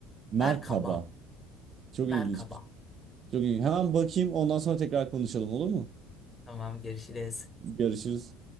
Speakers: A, on the right (about 45°); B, on the left (about 25°).
A: Merhaba.
B: Merkaba,
A: Çok
B: merkaba.
A: ilginçmiş. Çok ilginç. Hemen bakayım ondan sonra tekrar konuşalım olur mu?
B: Tamam, görüşürüz.
A: Görüşürüz.